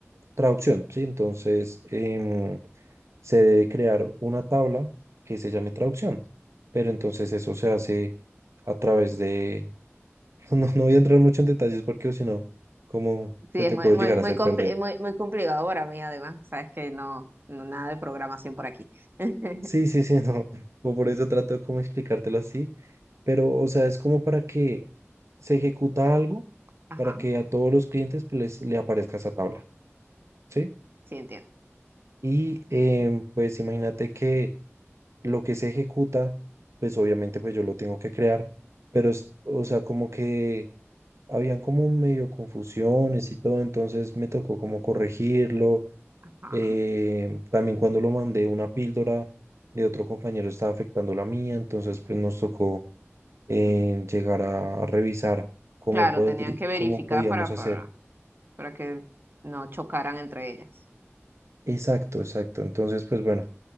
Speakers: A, on the right; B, on the right.
A: traducción, ¿sí? Entonces, em, se debe crear una tabla que se llame traducción. Pero entonces eso se hace a través de... <laughs> No, no voy a entrar mucho en detalles porque o si no, ¿cómo
B: Sí,
A: te,
B: es
A: te
B: muy,
A: puedo
B: muy,
A: llegar
B: muy,
A: a hacer
B: compli-
A: perder?
B: muy, muy complicado para mí, además. Sabes que no, no nada de programación por aquí. <laughs>
A: Sí, sí, sí, <laughs> no. o Por eso trato de como explicártelo así. Pero, o sea, es como para que se ejecuta algo
B: Ajá,
A: para que a todos los clientes pues, les, le aparezca esa tabla, ¿sí?
B: Sí, entiendo.
A: Y em, pues imagínate que lo que se ejecuta, pues obviamente pues yo lo tengo que crear, pero es- o sea, como que habían como medio confusiones y todo, entonces me tocó como corregirlo.
B: Ajá.
A: eh, también cuando lo mandé una píldora de otro compañero estaba afectando la mía, entonces pues nos tocó eh, llegar a revisar cómo
B: Claro,
A: podri-
B: tenían que verificar
A: cómo podíamos
B: para, para,
A: hacer.
B: para que no chocaran entre ellas.
A: Exacto, exacto. Entonces pues bueno,